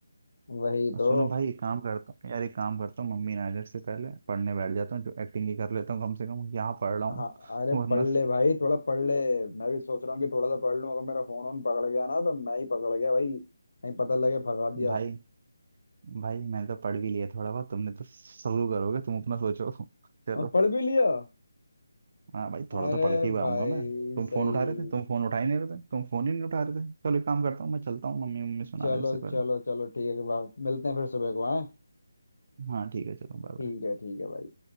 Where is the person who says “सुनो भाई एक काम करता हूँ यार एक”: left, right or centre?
Right